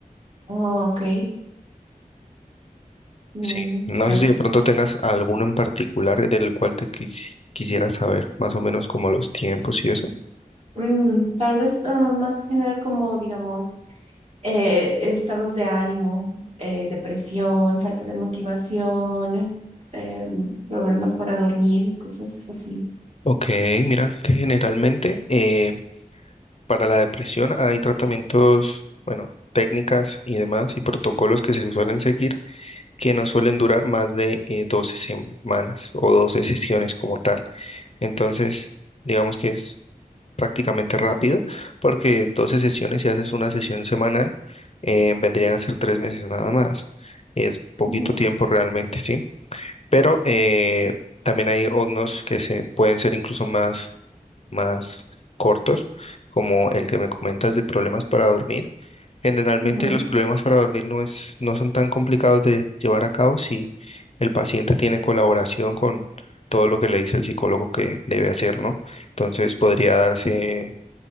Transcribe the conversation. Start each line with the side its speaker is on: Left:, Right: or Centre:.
Right: Oh, ok, Mm,
Left: Sí, no
Right: ya.
Left: sé si de pronto tengas alguno en particular del cual te quis- quisieras saber, más o menos como los tiempos y eso.
Right: Mm, tal vez ah, más general como, digamos, eh, estados de ánimo, eh, depresión, falta de motivación, em, problemas para dormir, cosas así.
Left: Ok, mira que generalmente eh, para la depresión hay tratamientos, bueno, técnicas y demás y protocolos que se suelen seguir que no suelen durar más de eh, 12 semanas o 12 sesiones como tal. Entonces, digamos que es prácticamente rápido, porque 12 sesiones, si haces una sesión semanal, eh, vendrían a ser tres meses nada más. Es poquito
Right: Ujú,
Left: tiempo realmente, sí. Pero eh, también hay unos que se pueden ser incluso más, más cortos, como el que me comentas de problemas para dormir. Generalmente
Right: ujú.
Left: los problemas para dormir no es, no son tan complicados de llevar a cabo si el paciente tiene colaboración con todo lo que le dice el psicólogo que debe hacer, ¿no? Entonces podría darse